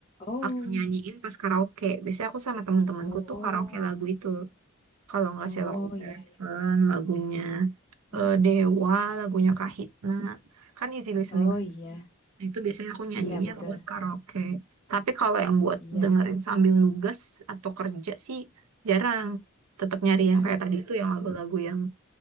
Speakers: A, on the left; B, on the right.
A: oh
B: aku nyanyiin pas karaoke. Biasanya aku sama temen-temenku
A: oh
B: tuh karaoke lagu itu. Kalau nggak
A: oh
B: Sheila on Seven,
A: iya iya
B: lagunya
A: Hmm.
B: eh, Dewa, lagunya Kahitna. Kan easy listening
A: oh
B: semua.
A: iya
B: Nah, Itu biasanya aku nyanyinya
A: iya betul
B: buat karaoke. Tapi kalau yang buat
A: iya
B: dengerin sambil nugas atau kerja sih jarang. Tetap nyari yang
A: Heeh.
B: kayak tadi itu yang lagu-lagu yang